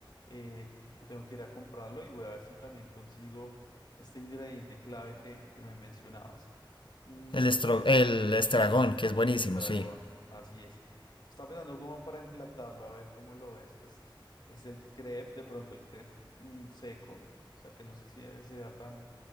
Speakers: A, on the left; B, on the left.
A: eh, tengo que ir a comprarlo y voy a ver si también consigo este ingrediente clave que, que me mencionabas. Mm,
B: estro- el estragón, que es
A: el
B: buenísimo,
A: estragón,
B: sí.
A: así es. está pensando como para emplatarlo, a ver cómo lo ves. Pues es el crepe, de pronto el crepe mm, seco, o sea que no sé si debe sea tan,